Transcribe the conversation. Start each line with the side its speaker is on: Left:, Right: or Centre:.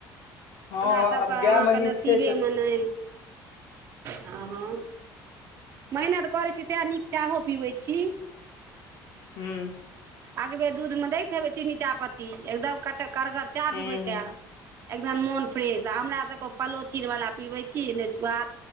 Left: हँ
Right: हमरा सभके
Left: आब गाय
Right: अहाँके
Left: महिष
Right: नसीबेमे
Left: छै तऽ
Right: नहि हँ हँ मेहनत करैत छी तैँ नीक चाहो पीबैत छी
Left: हूं
Right: अगबे दूधमे दैत हेबै चीनी चाहपत्ती एकदम कट करगर चाह
Left: हूँ
Right: पिबैत हएब एकदम मोन फ्रेश हमरा सब के पलोथिन वाला पीबै छी ने स्वाद